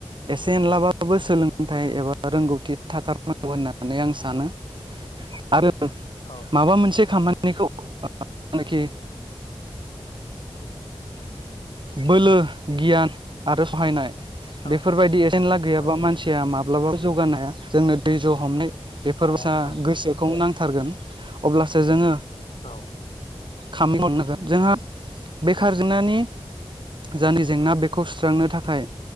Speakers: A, on the right (about 50°); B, on the left (about 65°).
A: एसे एनलाबाबो सोलोंथाइ एबा रोंगौथि थाथारनांगौ होननानै आं सानो आरो
B: औ
A: माबा मोनसे खामानिखौ जानखि बोलो गियान आरो सहायनाय
B: औ
A: बेफोरबायदि एजेनला गैयाबा
B: औ
A: मानसिया माब्लाबाबो जौगानो हाया जोंनो दैज' हमनाय बेफोरबोसा
B: हाया औ
A: गोसो खौ नांथारगोन अब्लासो जोङो
B: औ
A: खाम हरनांगोन जोंहा बेखारजेंनानि जानि जेंना बेखौ सुस्रांनो थाखाय